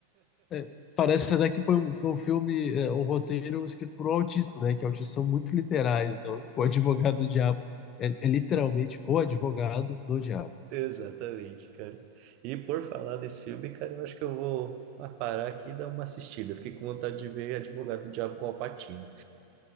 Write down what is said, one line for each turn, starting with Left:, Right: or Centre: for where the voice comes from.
Left: É, Parece até que foi um, foi um filme, é, um roteiro escrito por um autista, né? Que autistas são muito literais. Então, tipo, o advogado do diabo é, é literalmente o advogado do diabo.
Right: Exatamente, cara. E por falar nesse filme, cara, eu acho que eu vou ah, parar aqui e dar uma assistida. Fiquei com vontade de ver Advogado do Diabo com Al Pacino.